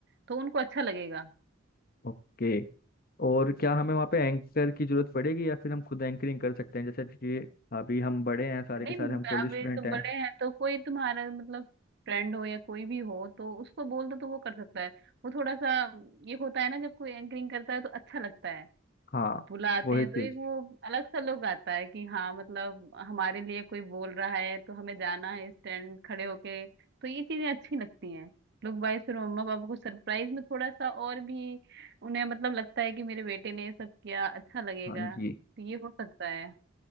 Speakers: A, on the right; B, on the left.
A: तो उनको अच्छा लगेगा
B: ओके और क्या हमें वहाँ पे एंकर की जरूरत पड़ेगी या फिर हम खुद एंकरिंग कर सकते हैं जैसे कि अभी हम बड़े हैं सारे
A: नहीं
B: के सारे
A: मैं-
B: हम कॉलेज
A: अब
B: स्टूडेंट
A: ये तो
B: हैं
A: बड़े हैं तो कोई तुम्हारा मतलब फ्रेंड हो या कोई भी हो तो उसको बोल दो तो वो कर सकता है वो थोड़ा सा ये होता है ना जब कोई एंकरिंग करता है तो अच्छा लगता है
B: हाँ
A: बुलाते
B: वही
A: हैं
B: चीज
A: तो एक वो अलग सा लोग आता है कि हाँ मतलब हमारे लिए कोई बोल रहा है तो हमें जाना है स्टैंड खड़े होके तो ये चीजें अच्छी लगती हैं लोग वाइस फिर मम्मा पापा को सरप्राइज में थोड़ा सा और भी उन्हें मतलब लगता है कि मेरे बेटे ने ये सब किया अच्छा लगेगा
B: हाँ जी
A: तो ये हो सकता है